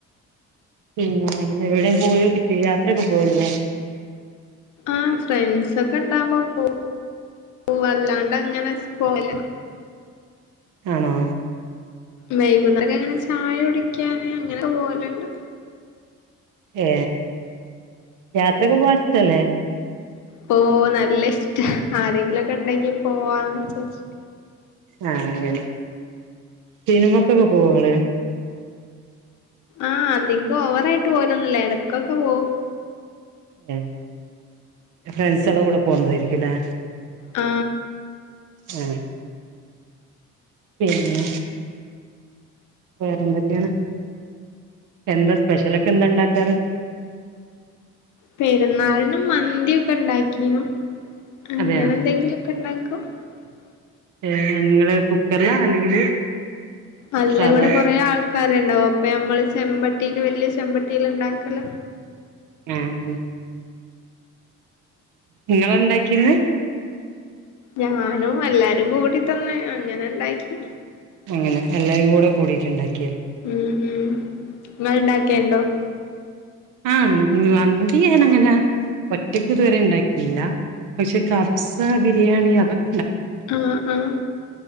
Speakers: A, on the right; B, on the left.
A: പിന്നെ എവിടെയും പോയോക്കിട്ടില്ലേ യാത്ര ഒക്കെ പോവലില്ലേ?
B: ആഹ് ഫ്രണ്ട്സൊക്കെ ഇണ്ടാമ്പോ പോ പോ അല്ലാണ്ട് അങ്ങനെ പോല
A: ആണോ?
B: വൈകുന്നേരെക്ക ങ്ങനെ ചായ കുടിക്കാന് അങ്ങനെക്കെ പോവല് ണ്ട്.
A: ഏ യാത്രക്കെ പോവാൻ ഇഷ്ട്ടല്ലേ?
B: തോന്നൽ- നല്ല ഇഷ്ടം ആരെങ്കിലുക്കെ ഉണ്ടെങ്കി പോവാന്ന് വിചാരിച്ച-
A: ആ അങ്ങനെ സിനിമക്കൊക്കെ പോവോ ങ്ങള്-
B: ആ അതികം ഓവറായിട്ട് പോവലൊന്നും ല്ല ഇടക്കൊക്കെ പോവും-
A: <unintelligible> ഫ്രൺസകള കൂടെ പോകുന്നതായിരിക്കു <unintelligible> ഇല്ലാ
B: ആ
A: മ് - പിന്ന വേറെന്തൊക്കെയാണ് എന്താ സ്പെഷ്യലൊക്കെ എന്താ ഉണ്ടാക്കാറ്-
B: പെരുന്നാളിനും മന്തിയൊക്കെ ഉണ്ടാക്കീനും- അങ്ങനെ
A: അതെയാ
B: എന്തെങ്കിലുക്കെ ണ്ടാക്കും- <unintelligible>
A: ഏ നിങ്ങള് കുക്കർല അല്ലെങ്കില്
B: അല്ല
A: സാധാ
B: ഇവിട കൊറെ ആൾക്കാര് ണ്ടാവും അപ്പൊ നമ്മള് ചെമ്പ- ത്തിൽ വലിയ ചമ്പട്ടിൽ ഉണ്ടാക്കല്
A: മ് നിങ്ങള ഉണ്ടാക്കിന്-
B: ഞാനും എല്ലാരും കൂടി തന്നെ അങ്ങനെ ഇണ്ടാക്കി
A: അങ്ങനെ എല്ലാവരും കൂടെ കൂടിയിട്ട്ണ്ടാക്കി
B: മ് മ ങ്ങൾ ണ്ടാക്കിയണ്ടോ-?
A: ആ ഇന്ന <unintelligible> ഇത് ഞാനങ്ങന ഒറ്റക്ക് ഇതുവരെ ണ്ടാക്കില്ല പക്ഷെ കഫ്സ ബിരിയാണി അതൊക്ക
B: ആ ആ